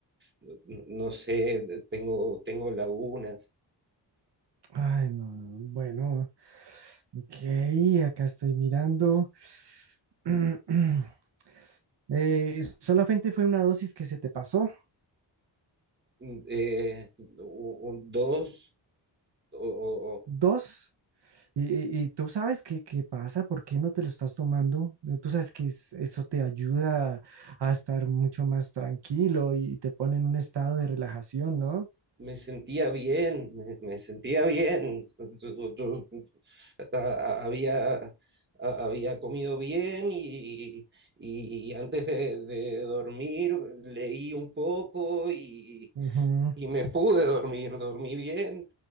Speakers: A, on the right (about 25°); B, on the right (about 70°).
A: no no sé, tengo, tengo lagunas.
B: Ay, no, no, bueno. Ok, acá estoy mirando. <clears throat> Eh, solamente fue una dosis que se te pasó.
A: Mm, Eh, u- u- dos, o, o- o-
B: Dos. Y, y- y tú sabes qué, qué pasa, por qué no te lo estás tomando. Eh, Tú sabes que es- eso te ayuda a estar mucho más tranquilo y te pone en un estado de relajación, ¿no?
A: me sentía bien, me, me sentía bien. Yo- yo- a- a- había, a- había comido bien y, y antes de, de dormir leí un poco y
B: Ujú.
A: y me pude dormir, dormí bien.